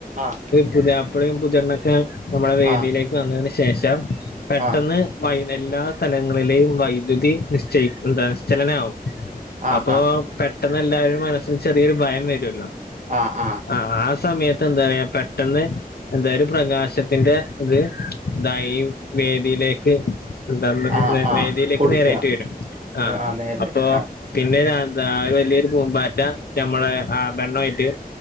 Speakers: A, on the right; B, on the left.
A: ആഹ്
B: പുതിയാപ്ലയും പുതിയെണ്ണോ നമ്മളെ വേദിയിലേക്ക്
A: ആഹ്
B: വന്നതിന് ശേഷം പെട്ടെന്ന്
A: ആഹ്
B: വൈ എല്ലാ സ്ഥലങ്ങളിലെയും വൈദ്യുതി നിശ്ചയി ന്താ ശ്ചലനാവും
A: ആഹ്
B: അപ്പൊ പെട്ടെന്ന് എല്ലാരും മനസ്സില് ചെറിയൊരു ഭയം വെരൊല്ലോ
A: ആ ഹ
B: ആ ആ ആ സമയത്ത് എന്താ പറയാ പെട്ടെന്ന് എന്താ ഒരു പ്രകാശത്തിന്റെ ഇത് ത ഈ വേദിലേക്ക് <unintelligible>
A: ആഹ് ആഹ്
B: വേദിലേക്ക്
A: കൊടുക്ക
B: നേരായിട്ട് വെരും ആ
A: ആഹ് നേരെ
B: അപ്പൊ
A: ആഹ്
B: പിന്നെ <unintelligible> വല്യോരു പൂമ്പാറ്റ നമ്മളെ ആ പെണ്ണു ആയിട്ട്